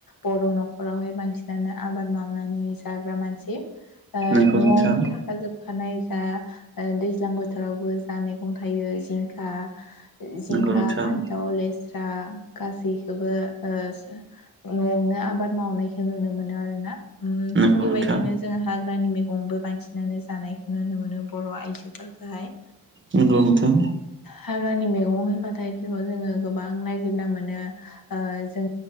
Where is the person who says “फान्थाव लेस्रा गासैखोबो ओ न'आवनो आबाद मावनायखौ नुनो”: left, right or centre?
Left